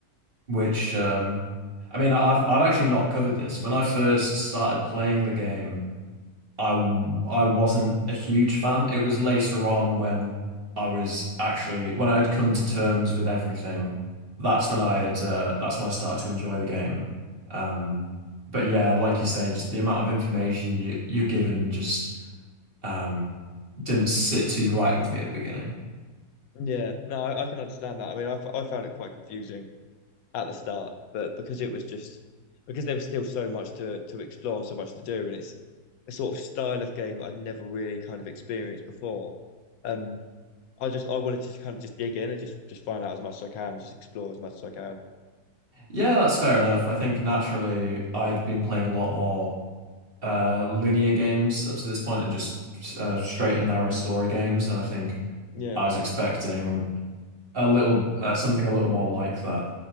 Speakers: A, on the right; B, on the left.
A: which um, I mean, I've I've actually not covered this. When I first started playing the game. I w- I wasn't a huge fan. It was later on when I was actually when I had come to terms with everything. That's when I had uh, that's when I started to enjoy the game. Um, but yeah, like you say, just the amount of information you you're given just um, didn't sit too right with me at the beginning.
B: Yeah, no, I, I can understand that. I mean, I, f- I found it quite confusing. at the start, but because it was just because there was still so much to to explore and so much to do, and it's a sort of style of game that I'd never really kind of experienced before. Um, I just I wanted to kind of just dig in and just just find out as much as I can, just explore as much as I can.
A: Yeah, that's fair enough. I think naturally I'd been playing a lot more uh, linear games up to this point and just uh, straight and narrow story games. And I think
B: Yeah,
A: I was expecting a little uh, something a little more like that.